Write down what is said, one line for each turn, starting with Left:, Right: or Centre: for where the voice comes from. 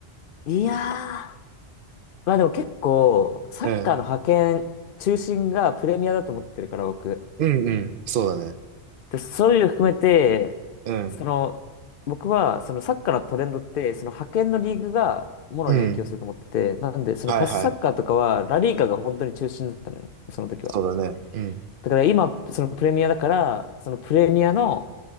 Left: いやー、まあでも結構、サッカーの覇権、
Right: うん。
Left: 中心がプレミアだと思ってるから、僕。
Right: うんうん。そうだね。
Left: で、そういうの含めて、
Right: うん。
Left: その、僕は、そのサッカーのトレンドって、その派遣のリーグがもろに影響すると思ってて、
Right: うん。
Left: なんで、そのパスサッカーとかは、
Right: はいはい。
Left: ラリーカが本当に中心だったのよ、その時は。
Right: そうだね。うん。
Left: だから今、そのプレミアだから、そのプレミアの、